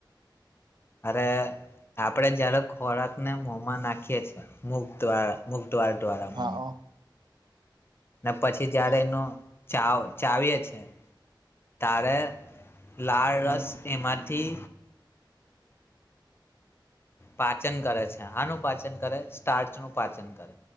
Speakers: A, on the left; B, on the right.
A: અરે આપડે જયારે ખોરાકને મોમાં નાખીએ છીએ મુખ દ્વારા મુ ખ દ્વાર દ્વારા મો
B: હા
A: મ
B: ઓ,
A: ને પછી જયારે
B: હા.
A: એનું ચાવ ચાવીએ છે. તારે લાળરસ
B: હમ,
A: એમાંથી પાચન કરે છે હાનું પાચન કરે, સ્ટાર્ચનું પાચન કરે